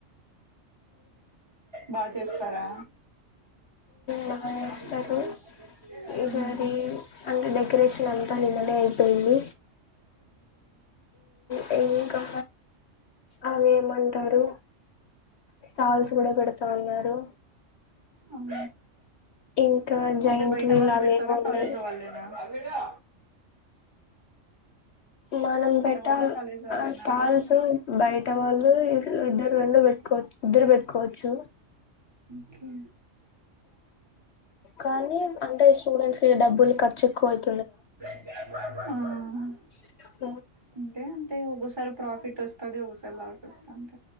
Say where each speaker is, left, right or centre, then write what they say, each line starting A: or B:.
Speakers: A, on the right (about 20°); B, on the left (about 60°).
A: బాగా చేస్తారూ
B: బాగా
A: చాలు
B: చేస్తారు ఈసారి
A: హు
B: అంటే డెకరేషన్ అ నిన్ననే అయిపోయింది హు కా అవి ఏమంటారు స్టాల్స్ కూడా పెడతా ఉన్నారు
A: అమ్
B: ఇంకా జైంట్
A: అంటే బయట
B: వీల్
A: వాళ్ళు
B: అవేవో
A: పెడతారా
B: ఉన్నాయి
A: కాలేజ్ లో వాళ్ళేనా దా
B: మనం పెట్ట
A: వాళ్ళ కాలేజ్ వాళ్ళేనా
B: ఆ స్టాల్స్
A: అంటున్నా
B: బయట వాళ్ళు ఇద్దరు రెండు పెట్కోవచ్చు ఇద్దరు పెట్టుకోవచ్చు
A: ఉ
B: కానీ అంటే స్టూడెంట్స్ కి డబ్బులు కట్ట్ చెక్కువయిట్
A: ఆ
B: ్
A: అంతే అంతే ఒక్కొసారి ప్రాఫిట్ వస్ తది ఒకసారి లాస్ ఇస్తాది